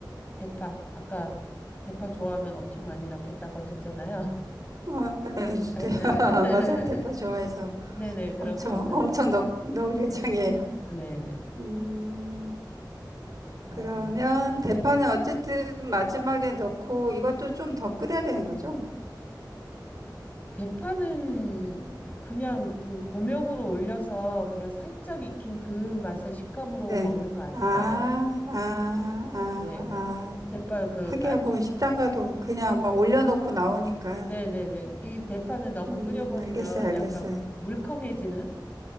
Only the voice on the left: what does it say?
대파 아까 대파 좋아하면 엄청 많이 넣겠다고 하셨잖아요.
<laughs> 에, 에,
에.
<laughs> 네네 그렇게
해서
네네
뭐
네.
대파는 그냥 그 고명으로 올려서 그냥 살짝 익힌 그 맛의 식감으로
먹는 거 아닐까요?
네.
대파 그
깐,
네네네. 이 대파는 너무
끓여버리면
약간 물컹해지는